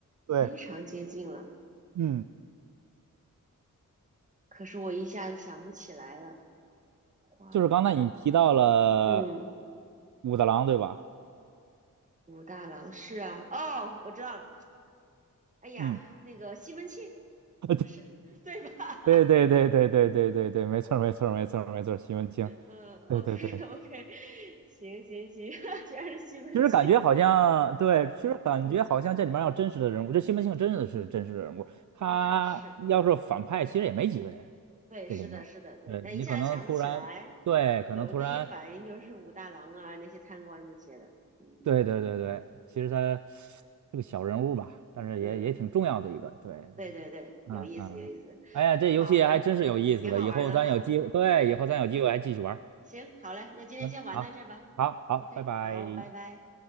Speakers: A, on the right; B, on the right.
A: 对，
B: 非常接近了，
A: 嗯，
B: 可是我一下子想不起来了。花，
A: 就是刚才你提到了
B: 我，嗯，
A: 武大郎，对吧？
B: 武大郎是啊，哦，我知道了。哎呀，
A: 嗯，
B: 那个西门庆
A: <laughs>
B: 是对吧？
A: 对对对对对对对对对对对对，没错儿没错儿没错儿没错儿西门庆。
B: 嗯，OK
A: 对对对
B: OK，<laughs> 行行行，<laughs> 居然是西门庆，
A: 就是感觉好像对，其实感觉好像这里面要真实的人物，
B: 嗯，
A: 这西门庆真的是真实的人物，他要是反派，
B: 应该是。
A: 其实也没几个人，
B: 对，
A: 这里面，
B: 是的，是的，对，
A: 对你可能突然，
B: 但一下子想不起来。
A: 对，可能突然，
B: 对，我第一反应就是武大郎啊，那些贪官这些的。嗯
A: 对对对对，其实他是个小人物吧，但是也也挺重要的一个，
B: 嗯，
A: 对对，
B: 对对对，有意思，
A: 嗯嗯，
B: 有意思。
A: 哎呀，这游戏还真是有意思的，
B: 好嘞，挺好玩的哈。
A: 以后咱有机会，对，以后咱有机会还继续玩儿，
B: 行，好嘞，那今天先玩到这儿吧。
A: 行，好，好，好，
B: OK，
A: 拜拜。
B: 好，拜拜。